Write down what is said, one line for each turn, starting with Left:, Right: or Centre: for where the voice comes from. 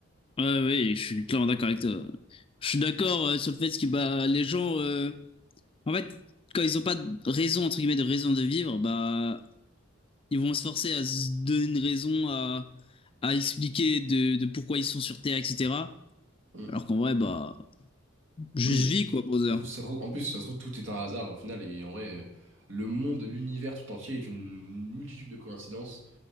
Left: Ouais, ouais, ouais, je suis clairement d'accord avec toi. Je suis d'accord euh, sur le fait que bah, les gens, euh, en fait, quand ils n'ont pas de raison, entre guillemets, de raison de vivre, bah, ils vont se forcer à se donner une raison, à, à expliquer de, de pourquoi ils sont sur Terre, etc.
Right: Mm.
Left: Alors qu'en vrai, bah, juste
Right: Oui,
Left: vie, quoi, brother.
Right: Ça se trouve-
Left: De
Right: ça se trouve- en plus, ça se trouve, tout est un hasard au final, et en vrai, euh, le monde, l'univers tout entier est une multitude de coïncidences,